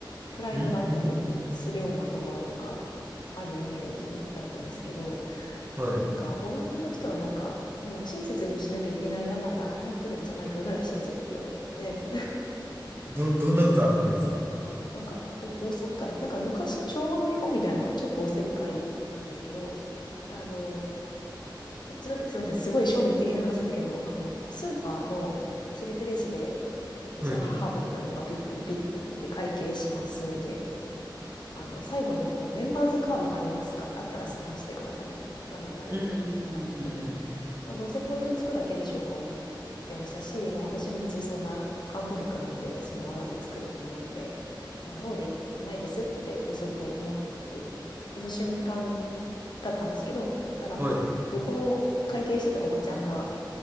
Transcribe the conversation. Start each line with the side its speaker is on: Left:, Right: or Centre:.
Left: プライドがあったりするようなところとか
Right: うーん。
Left: あるイメージだったんですけど、
Right: はい。
Left: なんかオランダの人はなんかもう親切にしなきゃいけない病が流行ってるんじゃないかぐらい親切で、
Right: どん、
Left: <laughs>
Right: どんなことあったんですかあ
Left: なんですかね。なんかお、おせっかい、なんか昔の昭和の日本みたいなちょっとおせっかいなんですけど、あの、普通に、すみません、すごい庶民的な話ですけど、あの、スーパーのセルフレジで、私は母と行ったので、
Right: はい。
Left: まあ、ピッピッピッってやってて会計します。で、あの、最後にこう、メンバーズカードありますかあったらスキャンしてくださいみたいな画面が出てきたんですけど、
Right: うん、うん、うん、
Left: まあ、どうせポイントつくだけでしょうと思ってましたし、まあ、私も別にそんな観光客なので、そんなわざわざ作る気もなので、まあ、ノーでないですって押そうと思って、押す瞬間だったんですけど、そしたら、
Right: うん。はい。
Left: 横の会計してたおばちゃんが、